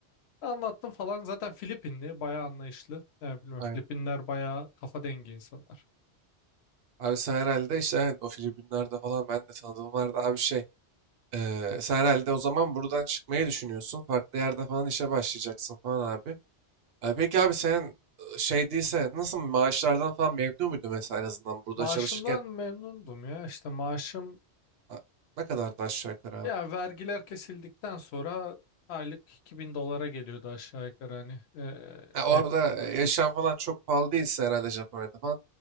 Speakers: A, on the left; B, on the right.
A: Anlattım falan. Zaten Filipinli, bayağı anlayışlı. Yani bilmiyorum
B: Aynen.
A: Filipinler bayağı kafa dengi insanlar.
B: Abi sen herhalde işte evet, o Filipinler'de falan ben de tanıdığım vardı abi şey. e, sen herhalde o zaman buradan çıkmayı düşünüyorsun. Farklı yerde falan işe başlayacaksın falan abi. E, peki abi senin e, şey değilse nasıl maaşlardan falan memnun muydun mesela en azından burada
A: Maaşımdan
B: çalışırken
A: memnundum ya. İşte maaşım
B: Ha, ne kadardı aşağı yukarı abi?
A: ya vergiler kesildikten sonra aylık 2000 dolara geliyordu aşağı yukarı hani. e,
B: Ha,
A: net.
B: orada e, yaşam falan çok pahalı değilse herhalde Japonya'da falan.